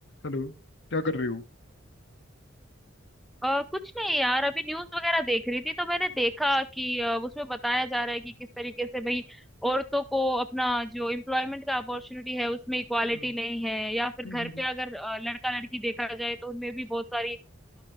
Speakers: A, on the left (about 65°); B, in the centre.
A: हेलो क्या कर रहे हो
B: अ, कुछ नहीं यार अभी न्यूज वगैरह देख रही थी तो मैंने देखा कि अ, उसमें बताया जा रहा है कि किस तरीके से भाई औरतों को अपना जो एम्प्लॉयमेंट का अपॉर्चुनिटी है उसमें इक्वालिटी
A: हम्म
B: नहीं है या फिर
A: हम्म
B: घर
A: हम्म
B: पे
A: हम्म
B: अगर अ, लड़का लड़की देखा जाए तो उनमें भी बहुत सारी